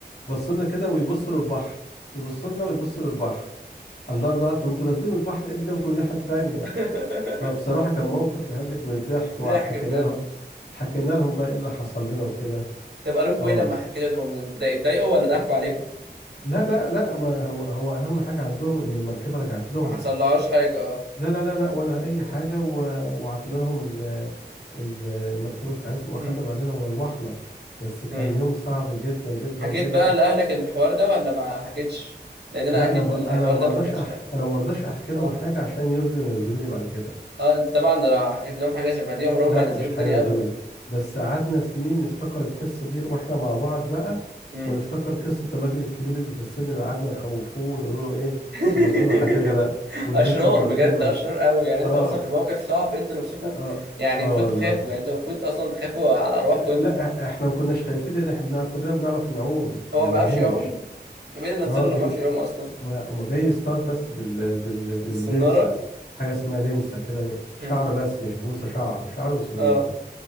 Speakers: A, on the left (about 70°); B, on the right (about 85°).
A: بصوا لنا كده ويبصوا للبحر يبصوا لنا ويبصوا للبحر الله الله طب انتوا نازلين من البحر ايه اللي جابكم الناحيه التانيه
B: <laughs>
A: فبصراحه كان موقف يهلك من الضحك وحكينا
B: ضحك بجد
A: لهم حكينا لهم بقى ايه اللي حصل لنا وكده
B: طب قالوا لكم
A: اه
B: ايه لما حكيت لهم ده اتضايقوا ولا ضحكوا عليكم
A: لا لا لا ما هو هو اهم حاجه عندهم ان المركبه رجعت لهم
B: ما حصلهاش حاجه اه
A: لا لا لا لا ولا اي حاجه و... وعطينا لهم ال... ال- المركبه بتاعتهم واخدنا
B: امم
A: بعدنا وروحنا بس كان
B: امم.
A: يوم صعب جدا جدا
B: حكيت
A: جدا
B: بقى لأهلك الحوار ده ولا ما حكيتش لأن أنا
A: لا
B: أكيد
A: انا ب... انا
B: الحوار
A: ما
B: ده
A: برضاش
B: ما حكيتش
A: احكي
B: لأهلك
A: انا ما برضاش احكي لهم
B: اه
A: حاجه عشان يرضوا ينزلوني بعد كده
B: اه انت طبعا ده لو حكيت لهم حاجة شبه دي عمرهم
A: لا
B: ما ينزلوك
A: مش
B: تاني
A: هينزلوني
B: أبدا
A: بس قعدنا سنين نفتكر القصه دي واحنا مع بعض بقى
B: امم
A: ونفتكر قصه الراجل الكبير اللي في السن اللي قعدنا نخوفوه ونقول له ايه
B: <laughs>
A: المركبه هتغرق
B: اشرار
A: ونهزوا المركبه
B: بجد اشرار قوي يعني
A: اه
B: انتوا اصلا
A: ف-
B: في موقف صعب انتوا نفسكم
A: اه
B: يعني
A: اه
B: المفروض
A: والله
B: تخافوا يعني انتوا المفروض اصلا تخافوا على ارواحكم
A: لا
B: انتوا
A: إح- احنا ما كناش خايفين لان احنا بنعرف كلنا بنعرف نعوم
B: هو
A: يعني
B: ما بيعرفش
A: ما يهمش
B: يعوم ده مين اللي نزله
A: اه
B: اللي
A: كي...
B: ما بيعرفش يعوم اصلا
A: ما ما جاي يصطاد بس بال... بال... باللنسة
B: دي السناره
A: حاجة اسمها لنسة كده شعر
B: امم
A: بس مش بوصة شعر شعر وصنارة
B: اه